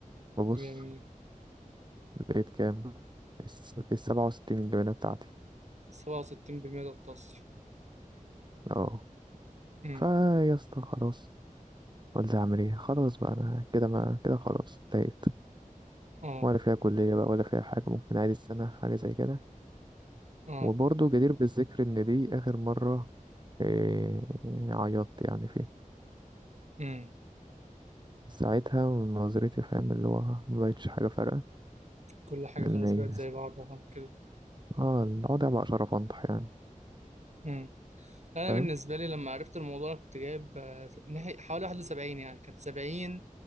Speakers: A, on the right; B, on the right.
A: ببص
B: جميل
A: لقيت كام السبعة وستين الجبنة بتاعتي
B: سبعة وستين بالمية ده التصل
A: اه
B: امم
A: فا يا اسطى خلاص قلت اعمل ايه خلاص بقى انا كده ما كده خلاص انتهيت
B: اه
A: ولا فيها كلية بقى ولا فيها حاجة ممكن عادي السنة حاجة زي كده
B: اه
A: وبرضه جدير بالذكر ان دي اخر مرة إيه عيطت يعني فيها
B: امم
A: ساعتها من نظرتي فاهم اللي هو مبقتش حاجة فارقة
B: كل حاجة
A: لأن
B: خلاص
A: هي-
B: بقت زي بعضها كده
A: اه الوضع بقى شرف أنطح يعني
B: امم انا
A: فاهم
B: بالنسبة لي لما عرفت الموضوع انا كنت جايب آه، ناحية- حوالي واحد وسبعين يعني كانت سبعين